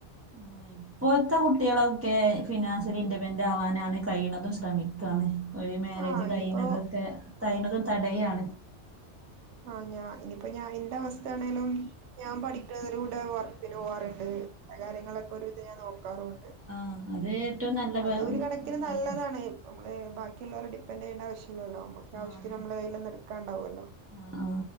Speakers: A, on the right; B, on the right.
A: ആ ഇപ്പോഴത്തെ കുട്ടികളൊക്കെ ഫിനാൻസ് റ്റൊര് ഇൻന്റപെന്റാവാനാണ് കഴിയ്ണതും ശ്രമിക്കാണ് ഒരു മേരേജ്
B: ആഹ്
A: കയിഞതൊക്കെ
B: ഇനിയിപ്പോ
A: കയ്ണതും തടയാ
B: ആഹ് ഞാൻ ഇനിപ്പോ ഞാനിന്റെ അവസ്ഥാണേലും ഞാൻ പഠിക്ക്ണതിലൂടെ വർക്കിന് പോവാറ്ണ്ട് അകാര്യങ്ങളൊക്കെ ഒരു വിധം ഞാൻ നോക് ക്കാറുണ്ട്.
A: ആഹ് അത് ഏറ്റവും നല്ല പ
B: അത് ഒരു കണക്കിന്
A: കാര്യമാണ്
B: നല്ലതാണ് നമ്മള് ബാക്കിള്ളോലെ ഡിപ്പൻഡെയ്യ്ണെ ലല്ലോ മ്മക്ക് ആവശ്യത്തിന്
A: ആഹ്
B: നമ്മളെ കയ്യിൽന്ന് ഇട്ക്കാണ്ടാവൊല്ലോ
A: ആഹ് ആഹ്